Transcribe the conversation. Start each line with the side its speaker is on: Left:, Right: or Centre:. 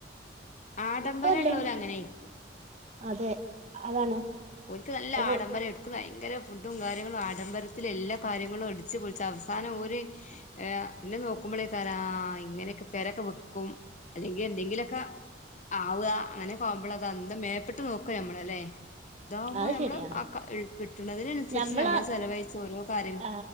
Left: ആഡംബരംള്ളോല്
Right: ഇപ്പ അല്ലെങ്കി
Left: അങ്ങനായിരിക്കും
Right: അതെ അതാണ്
Left: ഓൽക്ക് നല്ല
Right: ഓ
Left: ആഡംബരാണ് ഓൽക്ക് ഭയങ്കര ഫുഡും കാര്യങ്ങളും ആഡംബരത്തില് എല്ലാ കാര്യങ്ങളും അടിച്ച്പൊളിച്ച് അവസാനം ഓര് ഏഹ് എന്നെ നോക്കു മ്പളേക്കാരം ആ ഇങ്ങനൊക്കെ പെരൊക്കെ വിക്കും അല്ലെങ്കി എന്തെങ്കിലൊക്കാ ആവ്വാ അങ്ങനൊക്കാവുമ്പള അത് അന്ത മേപ്പെട്ട് നോക്ക നമ്മളല്ലേ ഇതാവുമ്പോ
Right: അത്
Left: നമ്മള്
Right: ശരിയാണ്
Left: ആ കിട്ടണതിനനുസരിച്ച്
Right: ഞമ്മള്
Left: നമ്മള് ചെലവഴിച്ച് ഓരോ കാര്യം
Right: ആ